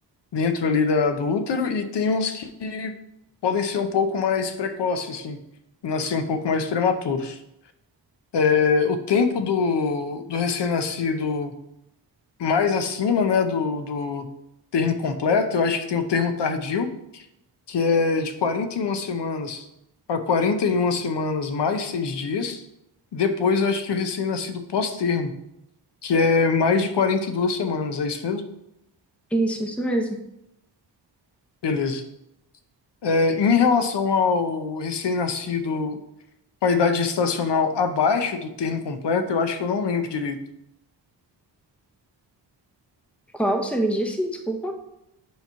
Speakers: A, on the left (about 70°); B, in the centre.
A: dentro ali da, do útero e tem uns que podem ser um pouco mais precoces, assim, nascer um pouco mais prematuros. É, o tempo do, do recém-nascido mais acima, né, do, do termo completo, eu acho que tem o termo tardio, que é de 41 semanas a 41 semanas mais seis dias. Depois, eu acho que o recém-nascido pós-termo que é mais de 42 semanas, é isso mesmo?
B: Isso, isso mesmo.
A: Beleza. É, em relação ao recém-nascido com a idade gestacional abaixo do termo completo, eu acho que eu não lembro direito.
B: Qual você me disse? Desculpa.